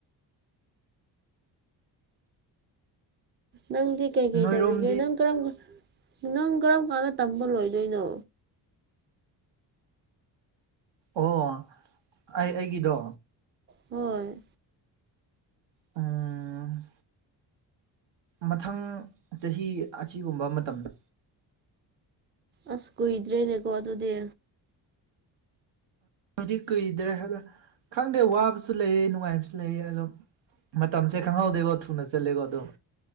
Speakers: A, on the right (about 25°); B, on the right (about 70°).
A: ꯅꯪꯗꯤ ꯀꯩꯀꯩ
B: ꯅꯣꯏꯔꯣꯝꯗꯤ
A: ꯇꯧꯔꯤꯒꯦ ꯅꯪ ꯀꯔꯝ ꯅꯪ ꯀꯔꯝ ꯀꯥꯟꯗ ꯇꯝꯕ ꯂꯣꯏꯗꯣꯏꯅꯣ
B: ꯑꯣ ꯑꯩ ꯑꯩꯒꯤꯗꯣ
A: ꯍꯣꯏ
B: ꯑꯝ ꯃꯊꯪ ꯆꯍꯤ ꯑꯁꯤꯒꯨꯝꯕ ꯃꯇꯝꯗ
A: ꯑꯁ ꯀꯨꯏꯗ꯭ꯔꯦꯅꯦꯀꯣ ꯑꯗꯨꯗꯤ꯫
B: ꯗꯤ ꯀꯨꯏꯗ꯭ꯔꯦ ꯍꯥꯏꯗ ꯈꯪꯗꯦ ꯋꯥꯕꯁꯨ ꯂꯩꯌꯦ ꯅꯨꯡꯉꯥꯏꯕꯁꯨ ꯂꯩꯑ ꯑꯗꯨꯝ꯫ ꯇꯝꯁꯦ ꯈꯪꯍꯧꯗꯦꯀꯣ ꯊꯨꯅ ꯆꯠꯂꯦꯀꯣ ꯑꯗꯨꯝ꯫